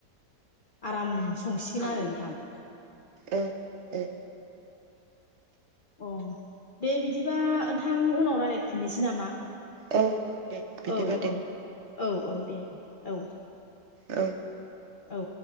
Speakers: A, on the left; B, on the right.
A: आराम संसिगोन आरो नोंथां।
B: ओ ओ
A: अ दे बिदिबा नोंथां उनाव रायज्लायफिननोसै नामा?
B: औ दे बिदिबा
A: औ
B: दे
A: औ औ औ दे दे औ
B: औ
A: औ